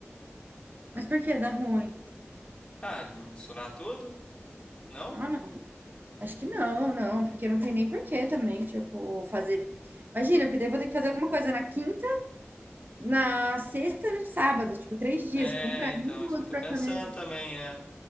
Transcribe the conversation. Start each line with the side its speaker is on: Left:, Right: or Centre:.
Right: Mas por que dá ruim?
Left: Ah, de misturar tudo? Não?
Right: Ah, não. Acho que não, não, porque não tem nem porquê também, tipo, fazer. Imagina, porque daí eu vou ter que fazer alguma coisa na quinta, na sexta e no sábado, tipo, três dias,
Left: É,
Right: tipo, um pra
Left: então,
Right: mim e
Left: é isso
Right: o outro
Left: que eu tô
Right: pra
Left: pensando
Right: família.
Left: também, é.